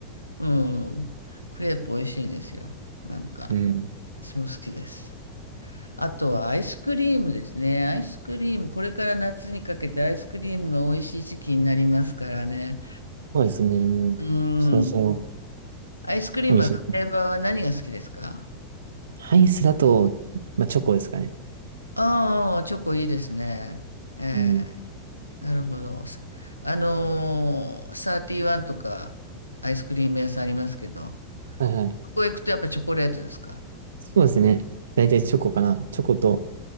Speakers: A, on the left (about 85°); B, on the right (about 65°).
A: うん。クレープ美味しいんですよ。なんか、
B: うん。
A: 私も好きです。あとはアイスクリームですね。アイスクリーム、これから夏にかけてアイスクリームが美味しい時期になりますからね。
B: そうですね。もう、
A: うん。
B: そろそろ
A: アイスクリームはフレーバーは何が好きですか
B: 美味しい。アイスだと、まあ、チョコですかね。
A: ああー、チョコいいですね。ええ
B: うん。
A: なるほど。さあのー、サーティワンとかアイスクリーム屋さんありますけど、
B: はいはい。
A: ここへ行くとやっぱチョコレートですか
B: そうですね。大体チョコかな。チョコと、